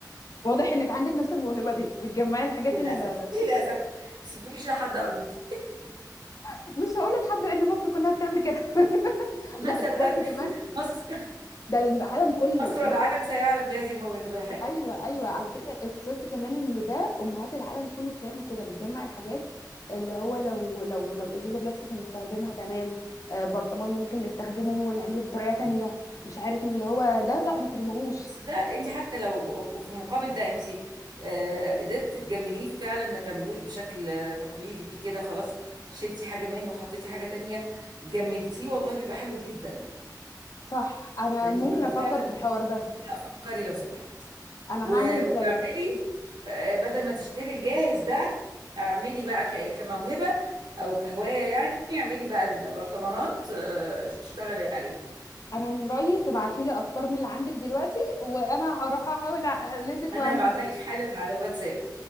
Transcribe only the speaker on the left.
واضح انك عندك نفس الموهبه دي بتجمعي الحاجات
اللي
<laughs> مش هقولها لحد لان مصر كلها بتعمل كده <laughs>
لا اكتشفت كمان
ده العالم كله
ايوه ايوه على فكره اكتشفت كمان ان ده امهات العالم كله بتعمل كده بتجمع الحاجات اللي هو لو لو لو ازازه بلاستيك هنستخدمها تمام آه، برطمان ممكن نستخدمه ونعمله بطريقه تانية مش عارف مين اللي هو ده لا ما ترميهوش
صح انا
ممكن
افكر
في الحوار ده
انا
هعمل
زيك
انا من رايي تبعتي لي افكار من اللي عندك دلوقتي وانا هروح احاول اقلدك
واعمل
زيك